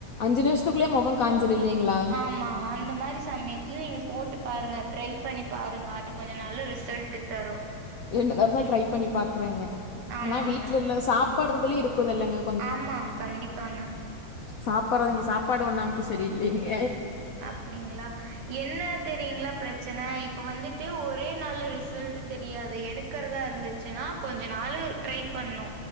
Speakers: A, on the left; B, on the right.
A: அஞ்சு நிமிஷத்துக்குள்ளேயே முகம் காயஞ்சிட இல்லைங்களா
B: ஆமாங்க. அந்த மாதிரி சமயத்துல நீங்க போட்டு பாருங்க ட்ரை பண்ணி பாருங்க அது கொஞ்ச நாள் ரிசல்ட் தரும்
A: என்ண தா இருந்தாலு ட்ரை பண்ணி பாக்குறேங்க
B: ஆமாங்க.
A: ஆனா வீட்டுல இ சாப்பாடுறதுலய இருக்குதல்லங்க
B: ஆமாங்க கண்டிப்பாங்க
A: சாப்பட்றது இங்க சாப்பாடு ஒண்ணாம்த சரி இல்லைங்க
B: அப்டிங்ளா என்ன தெரியுங்களா பிரச் சனை இப்ப வந்துட்டு ஒரே நாள்ல ரிசல்ட்டு் தெரியாது எடுக்கிறதா இருந்துச்சுன்னா கொஞ்ச நாளு ட்ரை பண்ணு